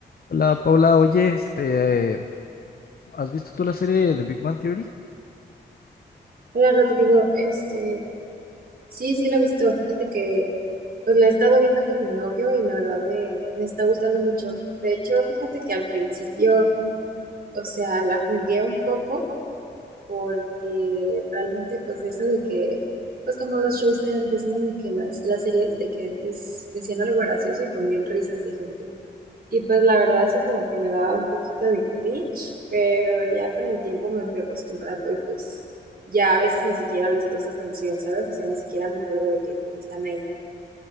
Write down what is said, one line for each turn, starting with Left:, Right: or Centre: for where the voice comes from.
Left: Hola Paula, oye, este, eh, ¿has visto tú la serie de Big Bang Theory?
Right: Hola Rodrigo, este, sí, sí lo he visto, fíjate que pues la he estado viendo con mi novio y la verdad me, me está gustando mucho. De hecho, fíjate que al principio, o sea, la jugué un poco porque realmente pues eso de que, pues como los shows de antes, ¿no? De que las, las series de que antes decían algo gracioso y ponían risas de gente. Y pues la verdad eso como que me daba un poquito de cringe, pero ya con el tiempo me fui acostumbrando y pues ya a veces ni siquiera les presto atención, ¿sabes? O sea, ni siquiera me acuerdo de que pues, están ahí.